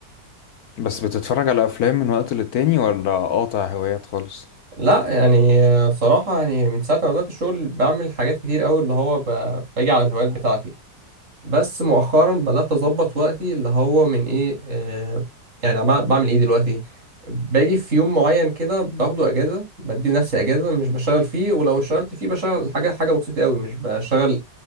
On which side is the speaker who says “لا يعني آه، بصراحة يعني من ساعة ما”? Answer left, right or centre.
Right